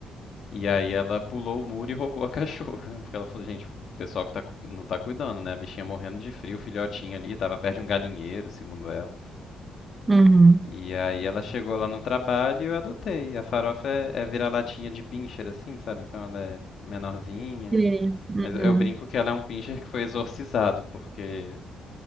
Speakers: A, on the left (about 60°); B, on the right (about 25°).
A: E aí ela pulou o muro e roubou a cachorra. <laughs> Porque ela falou, gente, o pessoal que tá, cu- não tá cuidando, né? A bichinha morrendo de frio, o filhotinho ali, tava perto de um galinheiro, segundo ela.
B: Uhum.
A: E aí ela chegou lá no trabalho e eu adotei. A farofa é, é vira-latinha de pincher, assim, sabe? Então ela é menorzinha.
B: Pequenininha. Uhum,
A: Mas eu brinco que ela é um pincher que foi exorcizado, porque